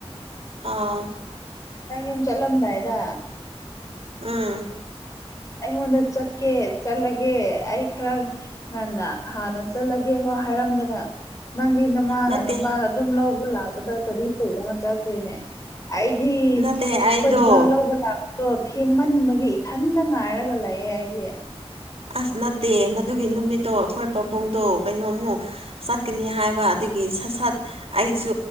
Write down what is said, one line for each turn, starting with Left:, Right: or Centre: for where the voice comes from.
Right: ꯑꯥ
Left: ꯅꯈꯤꯪ ꯌꯨꯝ ꯆꯠꯂꯝꯗꯥꯏꯗ
Right: ꯑꯝ
Left: ꯑꯩꯉꯣꯟꯗ ꯆꯠꯀꯦ ꯆꯠꯂꯒꯦ ꯑꯩ ꯈꯔ ꯉꯟꯅ ꯍꯥꯟꯅ ꯆꯠꯂꯒꯦ ꯍꯣꯏ ꯍꯥꯏꯔꯝꯗꯅ ꯅꯪꯗꯤ ꯅꯃꯥꯒ
Right: ꯅꯠꯇꯦ
Left: ꯅꯨꯄꯥꯒ ꯑꯗꯨꯝ ꯂꯧꯕ ꯂꯥꯛꯄꯗ ꯒꯥꯔꯤ ꯇꯣꯡꯉꯒ ꯆꯠꯈ꯭ꯔꯦꯅꯦ ꯑꯩꯗꯤ ꯑꯩꯈꯣꯏ
Right: ꯅꯠꯇꯦ ꯑꯩꯗꯣ
Left: ꯗꯖ ꯂꯧꯕ ꯂꯥꯛꯄꯗꯣ ꯊꯦꯡꯃꯟꯕꯒꯤ ꯏꯊꯟꯗ ꯉꯥꯏ ꯇꯔꯒꯂꯌꯦ ꯍꯥꯏꯗꯦ
Right: ꯑꯁ ꯅꯠꯇꯦ ꯃꯗꯨꯒꯤ ꯅꯨꯃꯤꯠꯇꯣ ꯑꯩꯈꯣꯏ ꯄꯥꯕꯨꯡꯗꯣ ꯀꯩꯅꯣꯃꯨꯛ ꯆꯠꯀꯅꯤ ꯍꯥꯏꯕ ꯑꯗꯨ ꯑꯩꯒꯤ ꯁꯠ ꯁꯠ ꯑꯩꯁꯨ